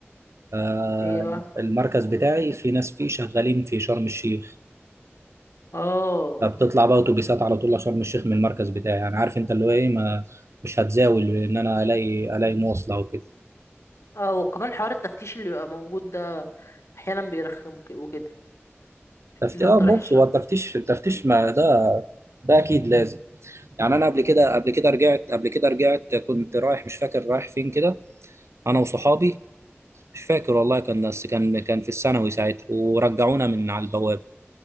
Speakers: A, on the right (about 75°); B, on the left (about 75°).
A: آه
B: ايه بقى
A: المركز بتاعي في ناس فيه شغالين في شرم الشيخ
B: اه
A: فبتطلع بقى اتوبيسات على طول لشرم الشيخ من المركز بتاعي يعني عارف انت اللي هو ايه ما مش هتزاول ان انا الاقي الاقي مواصلة وكده
B: اه وكمان حوار التفتيش اللي بيبقى موجود ده احيانا بيرخم ك- وكده
A: تفتيش
B: اللي هو
A: اه
B: انت
A: بص
B: رايح الشرق
A: هو التفتيش التفتيش ما ده ده اكيد لازم يعني انا قبل كده قبل كده رجعت قبل كده رجعت كنت رايح مش فاكر رايح فين كده انا وصحابي مش فاكر والله كان بس كان كان في الثانوي ساعتها ورجعونا من على البوابه